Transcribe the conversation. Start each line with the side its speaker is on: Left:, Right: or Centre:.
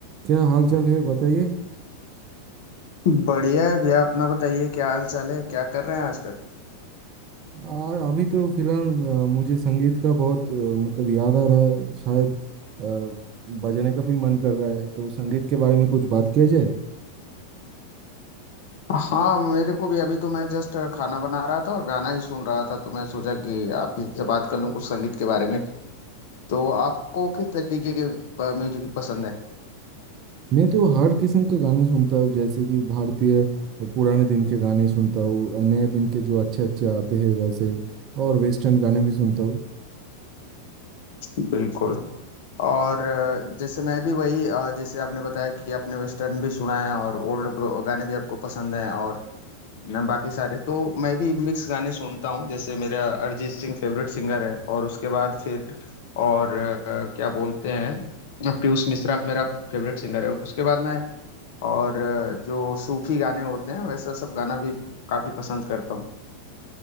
Right: क्या हाल चाल है बताइए
Left: बढ़िया है भैया अपना बताइए क्या हाल चाल है क्या कर रहे हैं आजकल
Right: और अभी तो फिलहाल अ, मुझे संगीत का बहुत अ, मतलब याद आ रहा है शायद अ, बजाने का भी मन कर रहा है तो संगीत के बारे में कुछ बात किया जाए
Left: हाँ मेरे को भी अभी तो मैं जस्ट खाना बना रहा था और गाना ही सुन रहा था तो मैं सोचा कि आप ही से बात कर लूं कुछ संगीत के बारे में तो आपको किस तरीके के अ, म्यूजिक पसंद है
Right: मैं तो हर किस्म का गाना सुनता हूँ जैसे कि भारतीय पुराने दिन के गाने सुनता हूँ नए दिन के जो अच्छे अच्छे आते हैं वैसे और वेस्टर्न गाने भी सुनता हूँ
Left: बिल्कुल और अ, जैसे मैं भी वही अ, जैसे आपने बताया कि आपने वेस्टर्न भी सुना है और ओल्ड गाने भी आपको पसंद हैं और ना बाकी सारे तो मैं भी मिक्स गाने सुनता हूँ जैसे मेरा अरिजीत सिंह फेवरेट सिंगर है और उसके बाद फिर और अ, क्या बोलते हैं पीयूष मिश्रा मेरा फेवरेट सिंगर है उसके बाद मैं और अ, जो सूफी गाने होते हैं वैसा सब गाना भी काफी पसंद करता हूँ